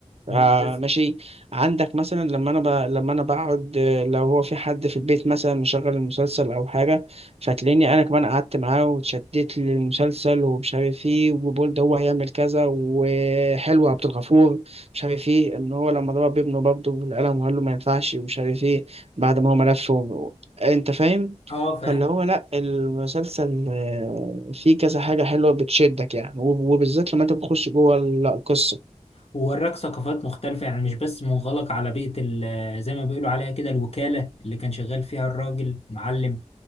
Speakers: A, on the left; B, on the right.
A: مم.
B: آه
A: بس
B: ماشي عندك مثلا لما انا ب... لما انا بقعد آه، لو هو في حد في البيت مثلا مشغل المسلسل او حاجه فتلاقيني انا كمان قعدت معاه واتشدت للمسلسل ومش عارف ايه وبقول ده هو هيعمل كذا وحلو عبد الغفور مش عارف ايه ان هو لما ضرب ابنه برضه بالقلم وقال له ما ينفعش ومش عارف ايه بعد ما هو ملف و... انت فاهم
A: اه فاهم
B: فاللي هو لا المسلسل آه، فيه كذا حاجه حلوه بتشدك يعني وب- وبالذات لما انت بتخش جوه القصه
A: ووراك ثقافات مختلفة يعني مش بس منغلق على بيئة ال- زي ما بيقولوا عليها كده الوكالة اللي كان شغال فيها الراجل معلم